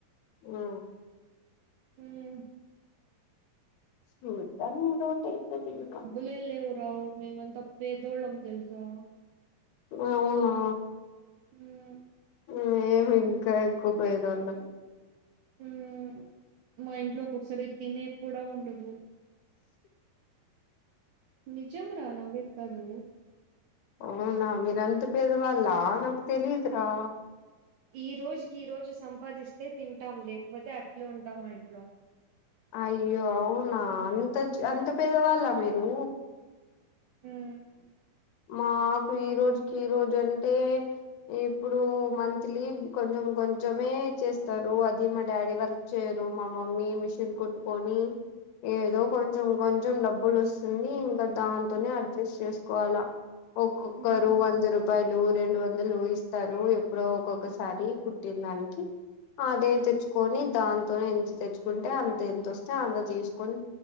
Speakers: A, on the left; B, on the right.
A: ఆ
B: ఉమ్
A: చూద్దాం ఏదో ఒకటి అయితది ఇంగా
B: లే లేవురా మేమంతా పేదోళ్లం తెలుసా
A: అవునా
B: ఉమ్
A: మేము ఇంకా ఎక్కువ పేదోళ్ళం
B: ఉ మా ఇంట్లో ఒక్కొక్కసారి తినేది కూడా ఉండదు నిజం రా నవ్వేది కాదు
A: అవునా మీరంత పేదవాళ్ళ నాకు తెలీదురా
B: ఈ రోజుకి ఈ రోజు సంపాదిస్తే తింటాం లేకపోతే అట్లే ఉంటాం మా ఇంట్లో
A: అయ్యో అవునా అంత
B: మ్మ్,
A: అంత పేదవాళ్ల మీరు
B: ఉమ్
A: మాకు ఈ రోజుకి ఈ రోజు అంటే ఇప్పుడు మంత్లీ కొంచెం కొంచమే చేస్తారు అది మా డాడీ వర్ చేరు మా మమ్మీ మిషన్ కుట్టుకొని ఏదో కొంచెం కొంచెం డబ్బులు వస్తుంది ఇంకా దాంతోనే
B: మ్మ్,
A: అడ్జస్ట్ చేసుకోవాలా ఒక్కొక్కరు
B: మ్మ్, మ్మ్.
A: వంద రూపాయలు రెండు వందలు ఇస్ స్తారు ఎప్పుడో ఒక్కొక్కసారి కుట్టిన దానికి అదే తెచ్చుకొని దాంతోనే ఇంత తెచ్చు కుంటే అంత ఎంతొస్తే అంత తీసుకొని